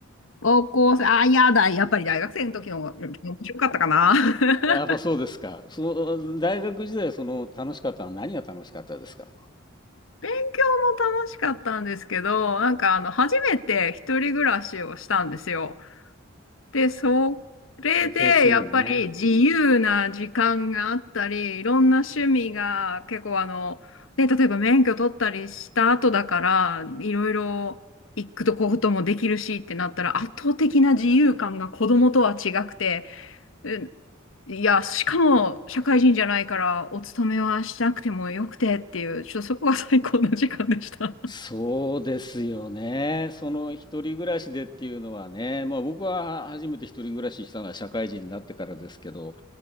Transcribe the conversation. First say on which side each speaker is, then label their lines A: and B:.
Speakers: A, on the left; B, on the left.
A: 高校生、あ、いやだ、やっぱり大学生の時の方が面白かったかな。<laughs>
B: やっぱそうですか。その、大学時代、その、楽しかったのは何が楽しかったですか
A: 勉強も楽しかったんですけど、なんかあの、初めて一人暮らしをしたんですよ。で、それで、
B: 定数ね。
A: やっぱり自由な時間があったり、いろんな趣味が結構あの、ね、例えば免許取ったりした後だから、いろいろ行くとここともできるしってなったら、圧倒的な自由感が子供とは違くて、うんいや、しかも社会人じゃないから、お勤めはしなくてもよくてっていう、ちょっとそこが最高の時間でした。
B: そうですよね。
A: <laughs>
B: その一人暮らしでっていうのはね、まあ僕は初めて一人暮らししたのは社会人になってからですけど、